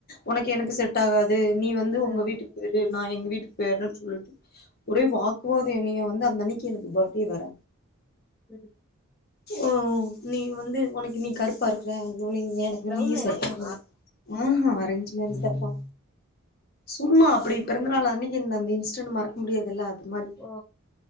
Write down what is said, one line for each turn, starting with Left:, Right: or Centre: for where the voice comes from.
Left: ஒனக்கு எனக்கு செட் ஆகாது நீ வந்து ஒங்க
Centre: ஆ
Left: வீட்டுக்கு பொயிடு நா எங்க வீட்டுக் பொயர்லான் சொல்ட்டு ஒரே வாக்குவாதோ என்னைய வந்து அந்தன்னிக்கு எனக்கு பர்த்டே வேற
Centre: ம்
Left: ஓ நீ வந்து ஒனக்கு நீ கருப்பா இருக்குற நீங்க எனக்கு
Centre: லவ்
Left: நீ
Centre: மேரேஜா
Left: செட் ஆகல ஆஹ அரேஞ்ச் மேரேஜ்தாபா சும்மா அப்டி
Centre: ஆ
Left: பிறந்த நாள் அன்னிக்கு இந்த அந்த இன்ஸிடன்ட் மறக்க முடியாதில்ல அது மாரி
Centre: ஓ